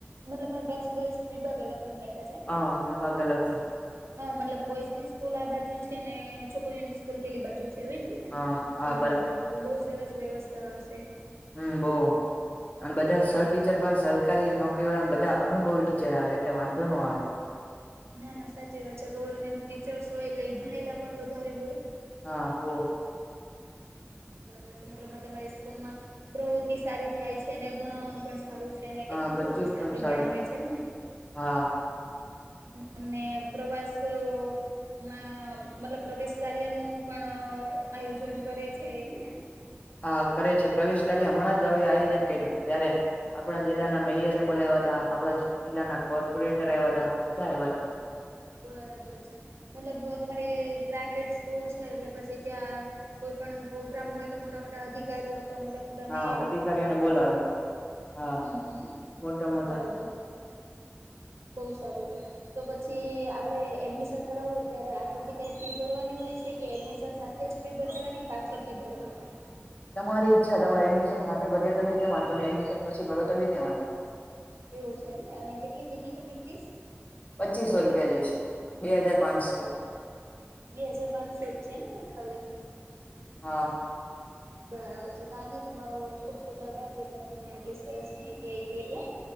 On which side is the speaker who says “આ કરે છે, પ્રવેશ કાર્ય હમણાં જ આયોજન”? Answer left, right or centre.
Left